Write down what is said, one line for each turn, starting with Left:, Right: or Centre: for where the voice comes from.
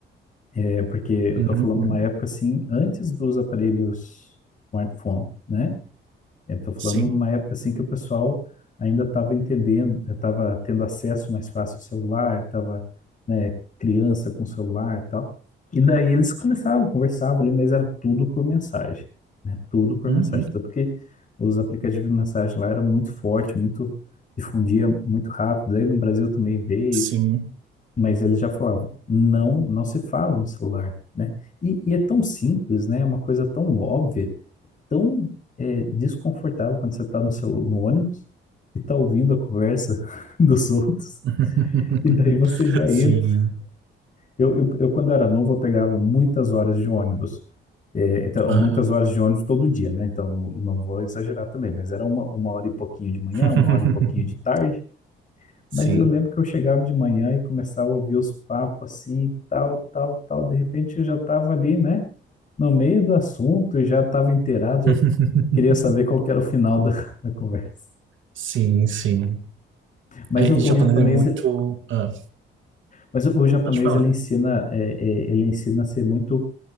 Left: É porque eu
Right: Uhum.
Left: tô falando uma época assim, antes dos aparelhos smartphone, né? Estou falando
Right: Sim.
Left: uma época assim que o pessoal ainda estava entendendo, estava tendo acesso mais fácil ao celular, estava, né, criança com celular e tal. E daí eles começavam, conversavam ali, mas era tudo por mensagem, né? Tudo por
Right: Uhum.
Left: mensagem. Tanto que os aplicativos de mensagem lá era muito forte, muito difundia muito rápido. Daí no Brasil também veio,
Right: Sim.
Left: mas eles já falavam, não, não se fala no celular, né? E, e é tão simples, né? É uma coisa tão óbvia tão é, desconfortável quando você está no, celu- no ônibus e está ouvindo a conversa <laughs> dos outros,
Right: <laughs>
Left: e daí você já entra.
Right: Sim.
Left: Eu, eu, eu, quando era novo, eu pegava muitas horas de ônibus. É, então,
Right: Aham.
Left: muitas horas de ônibus todo dia, né? Então, não, não vou exagerar também, mas era uma, uma hora e pouquinho de manhã,
Right: <laughs>
Left: uma hora e pouquinho de tarde. Mas
Right: Sim.
Left: eu lembro que eu chegava de manhã e começava a ouvir os papos assim, tal, tal, tal. De repente eu já estava ali, né? No meio do assunto e já estava inteirado, já
Right: <laughs>
Left: Queria saber qual que era o final da, <laughs> da conversa.
Right: Sim, sim.
Left: Mas
Right: É,
Left: o,
Right: e japonês
Left: o japonês,
Right: é muito. Ah,
Left: mas o, o japonês
Right: pode falar.
Left: ele ensina, é, é, ele ensina a ser muito